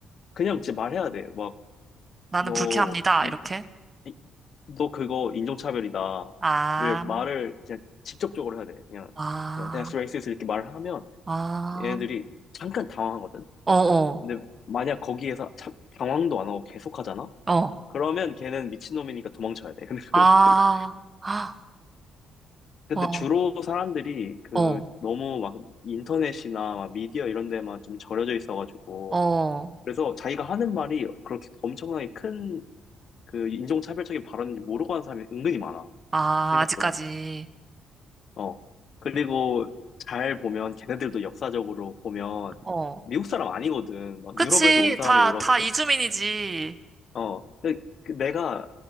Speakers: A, on the left; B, on the right.
A: 그냥 진짜 말해야 돼. 막,
B: 나는
A: 너,
B: 불쾌합니다.
A: 이,
B: 이렇게.
A: 이- 너 그거 인종차별이다.
B: 아,
A: 를 말을 그냥 직접적으로 해야 돼. 그냥,
B: 아,
A: 그냥 that's racist 이렇게 말을 하면
B: 아,
A: 얘네들이 잠깐 당황하거든.
B: 어, 어,
A: 근데 만약 거기에서 참, 당황도 안 하고 계속 하잖아?
B: 어,
A: 그러면 걔는 미친놈이니까 도망쳐야 돼. 근데 <laughs>
B: 아, 아,
A: 근데
B: 와,
A: 주로 사람들이 그
B: 어,
A: 너무 막 인터넷이나 막 미디어 이런 데만 좀 절여져 있어가지고
B: 어,
A: 그래서 자기가 하는 말이 그렇게 엄청나게 큰 그 인종차별적인 발언인지 모르고 하는 사람이 은근히 많아.
B: 아,
A: 생각보다.
B: 아직까지,
A: 어. 그리고 잘 보면 걔네들도 역사적으로 보면
B: 어,
A: 미국 사람 아니거든. 막
B: 그치,
A: 유럽에서 온 사람이고
B: 다,
A: 이러거든.
B: 다 이주민이지,
A: 어. 근데 그 내가